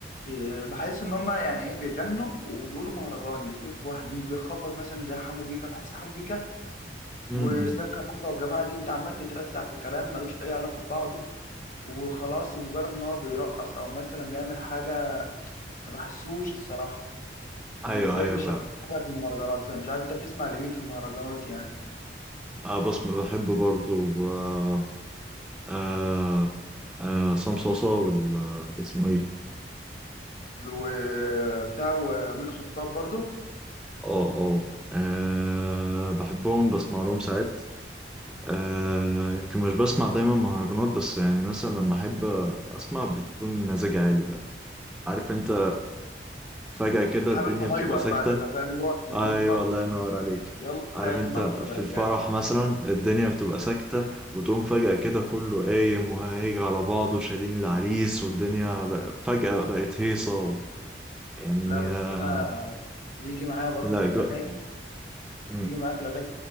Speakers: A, on the left; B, in the centre.
A: إيه، بحس ان هم يعني ايه بيغنوا وبيقولوا مهرجان الاثنين في واحد مش بيخبط مثلا زي حمو بيكا بحس حمو بيكا
B: امم
A: واسلام كابونجا والجماعه دي انت عمال بترزع في كلام ملوش اي علاقه ببعضه وخلاص مجرد ان هو بيرقص او مثلا بيعمل حاجه ما بحسوش الصراحه بالنسبه
B: ايوه ايوه
A: لي مش
B: فاهم
A: احسن حاجه في المهرجانات فمش عارف انت بتسمع لمين في المهرجانات يعني
B: اه بس بحب برضو آه آه آه عصام صاصا ولا اسمه ايه
A: وبتاع وامين خطاب برضو
B: اه اه آه، بحبهم بسمع لهم ساعات آه يمكن مش بسمع دايما مهرجانات بس يعني مثلا لما احب اسمع بتكون مزاجي عالي بقى عارف انت فجأة كده
A: حابب
B: الدنيا
A: تهايبر
B: بتبقى ساكتة
A: بقى كده فاهم اللي هو بتنطط
B: ايوه الله ينور عليك
A: يلا
B: عارف
A: اتنطط
B: انت في
A: يا رجاله
B: الفرح مثلا الدنيا بتبقى ساكتة وتقوم فجأة كده كله قايم وهيجي على بعضه شايلين العريس والدنيا بق- فجأة بقت هيصة و... يعني
A: لا بس
B: آه،
A: انا بيجي معايا برضو
B: لا
A: في
B: جو...
A: الاغاني
B: مم.
A: بيجي معايا في الاغاني